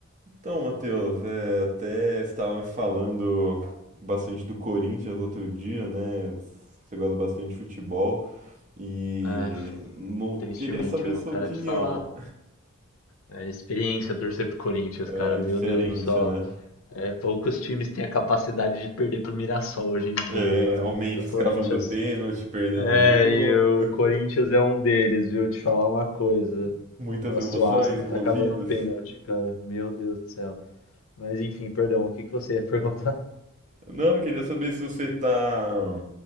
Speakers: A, on the right; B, on the left.
A: Então, Matheus, é, até estava me falando bastante do Corinthians outro dia, né? Você gosta bastante de futebol e
B: É,
A: não
B: tristemente,
A: queria saber
B: viu,
A: sua
B: cara,
A: opinião.
B: te falar. É experiência torcer pro Corinthians,
A: É
B: cara. Meu
A: diferente,
B: Deus do céu.
A: né?
B: É, poucos times têm a capacidade de perder pro Mirassol hoje em dia,
A: É,
B: viu?
A: o Memphis
B: O Corinthians.
A: cavando pênalti, perdendo
B: É,
A: o jogo,
B: e o Corinthians é um deles, viu? Te falar uma coisa.
A: muitas
B: Nossa,
A: emoções
B: o Astro
A: envolvidas.
B: tá acabando o pênalti, cara. Meu Deus do céu. Mas enfim, perdão, o que que você ia perguntar?
A: Não, eu queria saber se você tá